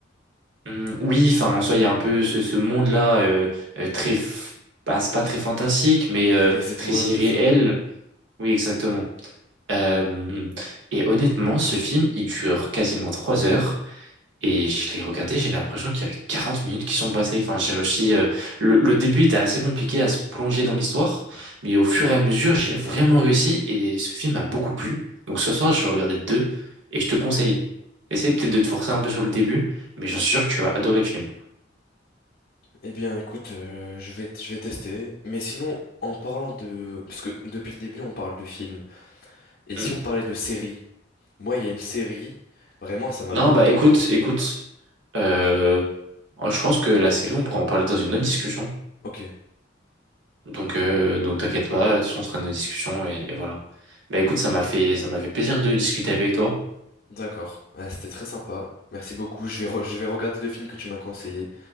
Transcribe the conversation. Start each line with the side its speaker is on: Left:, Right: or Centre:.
Right: Hum, oui, enfin, en soi, il y a un peu ce, ce monde-là euh, euh, très, f- bah, c'est pas très fantastique, mais
Left: Avec
Right: euh,
Left: les étoiles,
Right: très irréel.
Left: tout ça.
Right: Oui, exactement. Euh, et honnêtement, ce film, il dure quasiment trois heures. Et je l'ai regardé, j'ai l'impression qu'il y avait 40 minutes qui sont passées. Enfin, j'ai réussi. euh, le, le début était assez compliqué à se plonger dans l'histoire, mais au fur et à mesure, j'ai vraiment réussi et ce film m'a beaucoup plu. Donc ce soir, je vais regarder le deux et je te conseille. Essaye peut-être de te forcer un peu sur le début, mais j'en suis sûr que tu vas adorer le film.
Left: Eh bien, écoute, euh, je vais, je vais tester. Mais sinon, en parlant de... Parce que depuis le début, on parle de films. Et
Right: Hmm.
Left: si on parlait de séries? Moi, il y a une série. Vraiment, ça m'a
Right: Non,
Left: beaucoup
Right: bah écoute,
Left: marqué.
Right: écoute, euh, moi, je pense que la série, on pourra en parler dans une autre discussion.
Left: Ok.
Right: Donc, euh, donc t'inquiète pas, de toute façon, on sera dans nos discussions et, et voilà. Bah écoute, ça m'a fait, ça m'a fait plaisir de discuter avec toi.
Left: D'accord, Ouais, c'était très sympa. Merci beaucoup. Je vais, re- je vais regarder le film que tu m'as conseillé.